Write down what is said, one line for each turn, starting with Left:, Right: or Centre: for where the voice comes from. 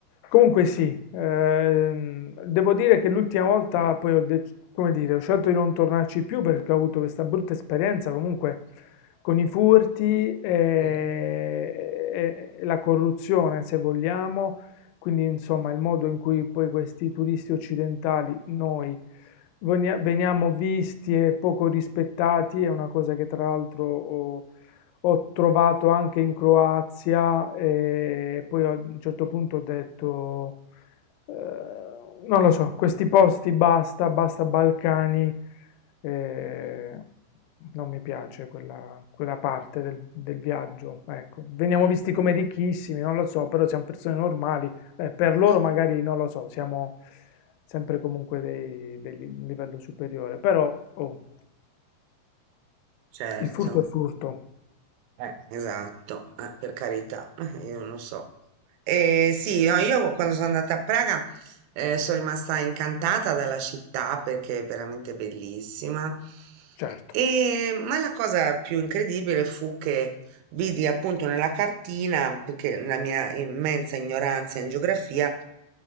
Left: Comunque sì, ehm, devo dire che l'ultima volta poi ho, dec- come dire, ho scelto di non tornarci più perché ho avuto questa brutta esperienza comunque con i furti e, e-
Right: Sì.
Left: e la corruzione, se vogliamo, quindi insomma il modo in cui poi questi turisti occidentali, noi, venia- veniamo visti e poco rispettati è una cosa che tra l'altro... oh, ho trovato anche in Croazia e poi a un certo punto ho detto, eh, non lo so, questi posti basta, basta Balcani, eh, non mi piace quella, quella parte del, del viaggio. Ecco, veniamo
Right: Mm.
Left: visti come ricchissimi, non lo so, però siamo persone normali, eh, per loro
Right: Eh,
Left: magari non lo so, siamo sempre comunque dei, degli- un livello superiore, però oh,
Right: Certo.
Left: il furto è furto,
Right: Eh, esatto, eh, per carità, <laughs> io non lo so. Eh, sì, no, io quando sono andata a Praga eh, sono rimasta incantata dalla città perché è veramente bellissima.
Left: certo.
Right: E, ma la cosa più incredibile fu che vidi appunto nella cartina, perché la mia immensa ignoranza in geografia,